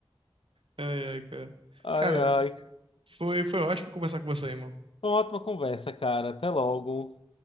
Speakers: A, on the right (about 65°); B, on the left (about 70°).
A: Ai, ai, cara.
B: Ai,
A: Cara,
B: ai.
A: foi, foi ótimo conversar com você, irmão.
B: Foi uma ótima conversa, cara. Até logo.